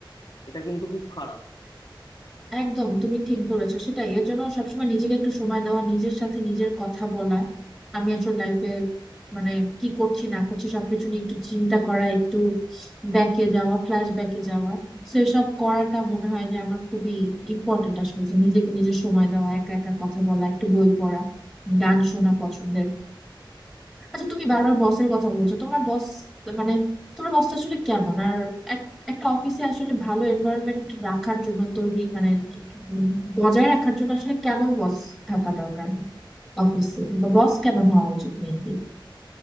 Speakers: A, on the left; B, in the centre.
A: এটা কিন্তু খুব খারাপ
B: একদম তুমি ঠিক বলেছো সেটাই এর জন্য সবসময় নিজেকে একটু সময় দেওয়া নিজের সাথে নিজের কথা বলা আমি আসলে লাইফে মানে কি করছি না করছি সবকিছু নিয়ে একটু চিন্তা করা একটু ব্যাকে যাওয়া ফ্ল্যাশ ব্যাকে যাওয়া সেসব করাটা মনে হয় যে আমার খুবই ইম্পর্টেন্ট আসলে যে নিজেকে নিজের সময় দেওয়া একা একা কথা বলা একটু বই পড়া গান শোনা পছন্দের আচ্ছা তুমি বারবার বসের কথা বলছো তোমার বস মানে তোমার বসটা আসলে কেমন আর এক- একটা অফিসে আসলে ভালো এনভায়রনমেন্ট রাখার জন্য তৈরি মানে উম, বজায় রাখার জন্য আসলে কেমন বস থাকা দরকার অফিসে বা বস কেমন হওয়া উচিত মেনলি